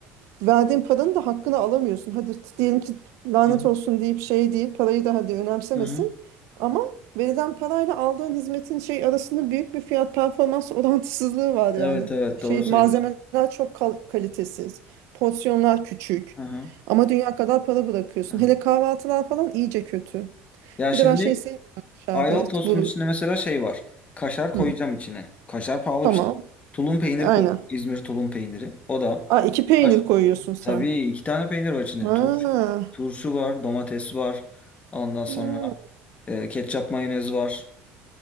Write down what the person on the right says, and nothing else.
verdiğin paranın da hakkını alamıyorsun. Hadi t- diyelim ki lanet
olsun deyip şey değil, parayı da hadi önemsemesin.
Ama verilen parayla aldığın hizmetin şey arasında büyük bir fiyat performans orantısızlığı var yani.
Şey
malzemeler çok kal- kalitesiz, porsiyonlar küçük.
Ama dünya kadar para bırakıyorsun.
Hele kahvaltılar falan iyice kötü.
Bir
de ben şey sevmiyorum dışarıda.
Bu
Hı,
tamam.
Aynen.
Aa, iki peynir
koyuyorsun sen.
Ha.
ha.